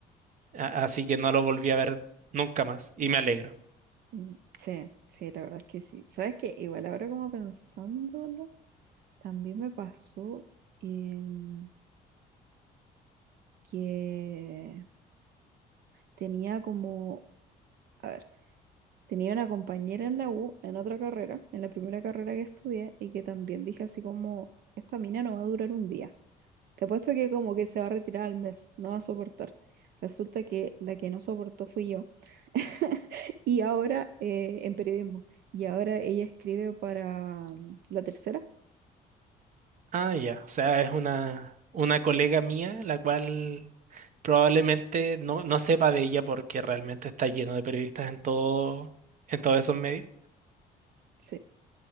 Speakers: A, on the right; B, on the right.
A: a- así que no lo volví a ver nunca más, y me alegro.
B: Mm, Sí, sí, la verdad es que sí. ¿Sabes qué? Igual ahora como pensándolo, también me pasó em, que tenía como, a ver, tenía una compañera en la U, en otra carrera, en la primera carrera que estudié, y que también dije así como, esta mina no va a durar un día. Te apuesto que como que se va a retirar al mes, no va a soportar. Resulta que la que no soportó fui yo. <laughs> Y ahora eh, en periodismo. Y ahora ella escribe para mm, La Tercera
A: Ah, ya. O sea, es una, una colega mía, la cual probablemente no, no sepa de ella porque realmente está lleno de periodistas en todo, en todos esos medios.
B: Sí,